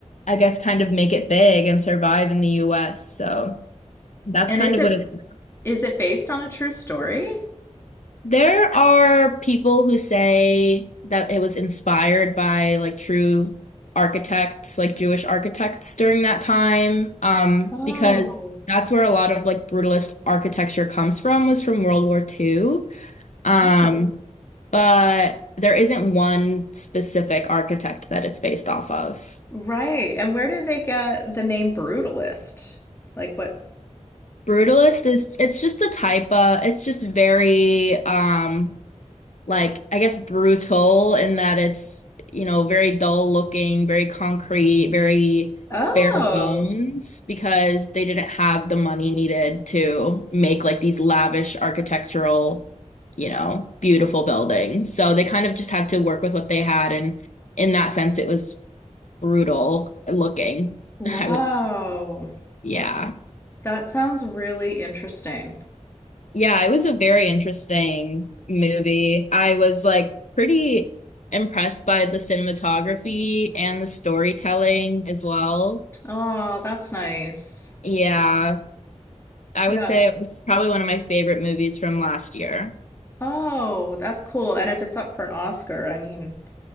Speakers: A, on the left (about 70°); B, on the left (about 20°).
A: I guess kind of make it big and survive in the US. So that's
B: And
A: kind
B: is
A: of
B: it
A: what it is.
B: is it based on a true story?
A: There are people who say that it was inspired by like true architects, like Jewish architects during that time, um,
B: Oh.
A: because that's where a lot of like brutalist architecture comes from, was from World War Two, Um,
B: Oh.
A: but there isn't one specific architect that it's based off of.
B: Right. And where did they get the name Brutalist? Like what?
A: Brutalist is it's just the type of it's just very um like I guess brutal in that it's you know very dull looking, very concrete, very
B: Oh.
A: bare bones because they didn't have the money needed to make like these lavish architectural, you know, beautiful buildings. So they kind of just had to work with what they had and in that sense it was brutal looking, <laughs>
B: Wow.
A: I would say. Yeah.
B: That sounds really interesting.
A: Yeah, it was a very interesting movie. I was like pretty impressed by the cinematography and the storytelling as well.
B: Oh, that's nice.
A: Yeah, I
B: Yeah.
A: would say it was probably one of my favorite movies from last year.
B: Oh, that's cool. And if it's up for an Oscar, I mean,